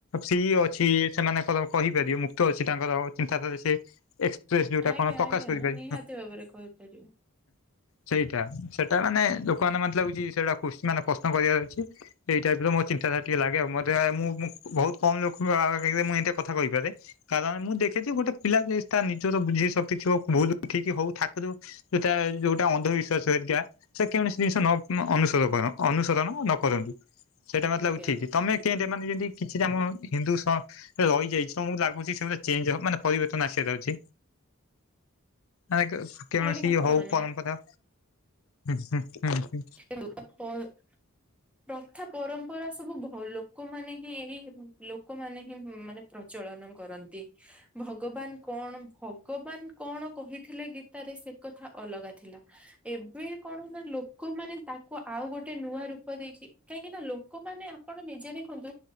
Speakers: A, on the left; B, in the centre.
A: ସିଏ ଅଛି ସେମାନଙ୍କର କହିପାରିବ ମୁକ୍ତ ଅଛି ତାଙ୍କର ଚିନ୍ତାଧାରାରେ ସେ ଏସ୍ ଟ୍ରେଶ୍ ଯୋଉଁଟା
B: ଆଜ୍ଞା
A: କଣ ପ୍ରକାଶ
B: ଆଜ୍ଞା
A: କରିପାରି
B: ନିହାତି ଭାବରେ କହିପାରିବେ।
A: ସେଇଟା ସେଇଟା ମାନେ ଲୋକମାନେ ମତେ ଲାଗୁଛି ସେଇଟା କୃଷିମାନେ ପ୍ରଶ୍ନ କରିବାର ଅଛି? ଏଇ ଟାଇପର ମୋ ଚିନ୍ତାଧାରା ଟିକେ ଲାଗେ। ମତେଆ ମୁଁ ବହୁତ କମ ଲୋକଙ୍କ ମୁଁ ଏ କଥା କହିପାରେ। କାରଣ ମୁଁ ଦେଖିଛି ଗୋଟେ ପିଲା ସେ ତା ନିଜର ବୁଝେଇ ସ ଦେଖିବ ବହୁତ ଠିକ ହୋଉ ଠାକୁର ଯୋଉଟା ଅନ୍ଧବିଶ୍ୱାସ ହେରିକା ସେକ ଜିନିଷ ନ ଅନୁସରଣ କର ଅନୁସରଣ ନକରନ୍ତି। ସେଇଟା ମତେ
B: ଆଜ୍ଞା
A: ଲାଗୁଛି ଠିକି। ତମେ କେନ୍ତୀ ମାନେ ଯେମିତି କିଛିଟା ଆମ ହିନ୍ଦୁ ସେ ରହିଯାଇଛି ତମକୁ ଲାଗୁଛି ସେଟା ଚେଞ୍ଜ ହବ ମାନେ ପରିବର୍ତ୍ତନ ଆସିବା ଯାଉଛି। ମାନେ କେ କେନୋସି
B: ଆଜ୍ଞା କରନି
A: ପରମ୍ପରା ହୁଁ ହୁ ହୁ।
B: ସେ <unintelligible> ପ୍ରଥା ପରମ୍ପରା ସବୁ ଭ ଲୋକମାନେ ହିଁ ଏଇ ଲୋକମାନେ ହିଁ ମାନେ ପ୍ରଚଳନ କରନ୍ତି। ଭଗବାନ କଣ ଭ ଭଗବାନ କଣ କହିଥିଲେ ଗୀତାରେ ସେ କଥା ଅଲଗା ଥିଲା। ଏବେ କଣ ନା ଲୋକ କମାନେ ତାକୁ ଆଉ ଗୋଟେ ନୂଆ ରୂପ ଦେଇଛି କାହିଁକି ନା ଲୋକମାନେ ଆପଣ ନିଜେ ଦେଖନ୍ତୁ